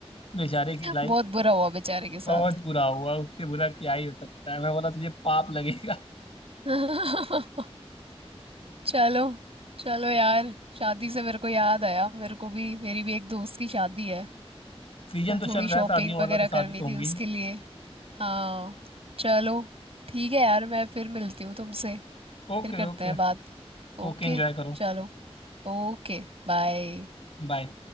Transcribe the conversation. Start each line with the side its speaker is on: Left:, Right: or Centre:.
Left: बेचारे की लाइफ
Right: बहुत बुरा हुआ बेचारे के साथ
Left: बहुत बुरा हुआ उससे बुरा क्या ही हो सकता है मैं बोला तुझे पाप लगेगा
Right: <laughs> चलो चलो यार शादी से मेरे को याद आया मेरे को भी मेरी भी एक दोस्त की शादी है
Left: सीजन तो
Right: थोड़ी
Left: चल रहा
Right: शॉपिंग
Left: है शादियों
Right: वगैरह
Left: वाला तो शादी
Right: करनी
Left: तो
Right: थी
Left: होंगी
Right: उसके लिए हाँ चलो ठीक है यार मैं फिर मिलती हूँ तुमसे
Left: Okay
Right: फिर करते
Left: okay
Right: हैं बात ओके
Left: ओके एंजॉय करो
Right: चलो Okay bye
Left: बाय